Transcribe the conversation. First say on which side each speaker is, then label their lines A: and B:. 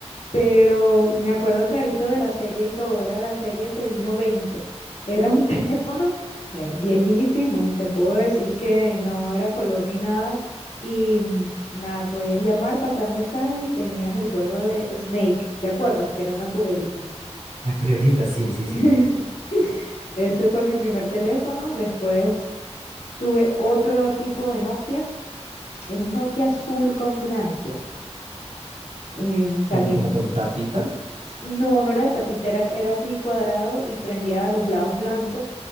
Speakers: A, on the left; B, on the right.
A: Pero me acuerdo clarito de la serie y todo, era la serie sesenta y uno veinte Era un <laughs> teléfono eh, viejísimo, te puedo decir que no era color ni nada. Y mm, nada, podías llamar, pasar mensajes y tenías el juego de Snake, ¿te acuerdas? Que era una culebrita.
B: La culebrita, sí, sí,
A: <laughs>
B: sí.
A: Ese fue mi primer teléfono. Después tuve otro tipo de Nokia. Era un Nokia azul con blanco. Em, también
B: Con, como con tapita,
A: No, no era de tapita, era, era así cuadrado y prendía a los lados blanco.